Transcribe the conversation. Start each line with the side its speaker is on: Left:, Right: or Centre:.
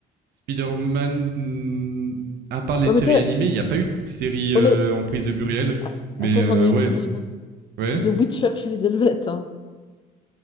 Right: Spider-Man, à part les
Left: Ouais,
Right: séries
Left: mais toi,
Right: animées, il n'y a pas eu de série euh,
Left: oh, mais
Right: en prise de vue réelle.
Left: a-
Right: Mais
Left: attends,
Right: euh,
Left: j'en ai
Right: ouais,
Left: une, j'en ai une. hein.
Right: ouais.
Left: The Witcher chez les Helvètes. hein.